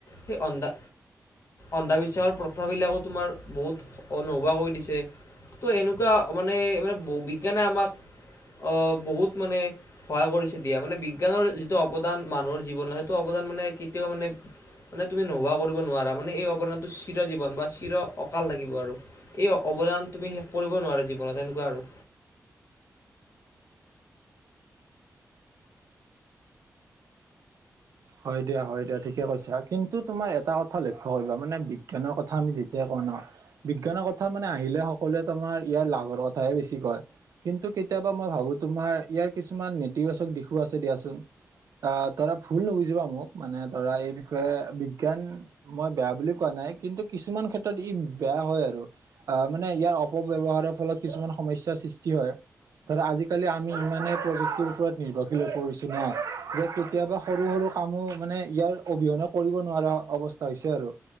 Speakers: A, on the left; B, on the right.
A: সেই অন্ধা অন্ধবিশ্বাসৰ প্ৰথাবিলাকো তোমাৰ বহুত নোহোৱা কৰি দিছে। ত' এনেকুৱা মানে, মানে ব-বিজ্ঞানে আমাক অ', বহুত মানে সহায় কৰিছে, দিয়া মানে বিজ্ঞানৰ যিটো অৱদান মানুহৰ জীৱনৰ সেইটো অবদান মানে কেতিয়াও মানে, মানে তুমি নোহোৱা কৰিব নোৱাৰা, মানে এই অৱদানটো চিৰজীৱন বা চিৰ অ' কাল লাগিব আৰু, এই অৱদান তুমি শেষ কৰিব নোৱাৰা জীৱনত এনেকুৱা আৰু
B: হয় দিয়া, হয় দিয়া, ঠিকে কৈছা, কিন্তু তোমাৰ এটা কথা লক্ষ্য কৰিবা মানে বিজ্ঞানৰ কথা আমি যেতিয়া কওঁ <unintelligible> বিজ্ঞানৰ কথা মানে আহিলে সকলোৱে তোমাৰ ইয়াৰ লাভৰ কথাহে বেছি কয়। কিন্তু কেতিয়াবা মই ভাবোঁ তোমাৰ ইয়াৰ কিছুমান নেতিবাচক দিশো আছে দিয়াচোন। আ, ধৰা ভুল নুবুজিবা মোক, মানে ধৰা এই বিষয়ে বিজ্ঞান মই বেয়া বুলি কোৱা নাই কিন্তু কিছুমান ক্ষেত্ৰত ই বেয়া হয়, আৰু আ, মানে ইয়াৰ অপব্যৱহাৰৰ ফলত কিছুমান সমস্যা সৃষ্টি হয়। ধৰা আজিকালি আমি ইমানেই প্ৰযুক্তিৰ ওপৰত নিৰ্ভৰশীল হৈ পৰিছো ন' যে, কেতিয়াবা স সৰু, সৰু কামো মানে ইয়াৰ অবিহনে কৰিব নোৱাৰা অৱস্থা হৈছে আৰু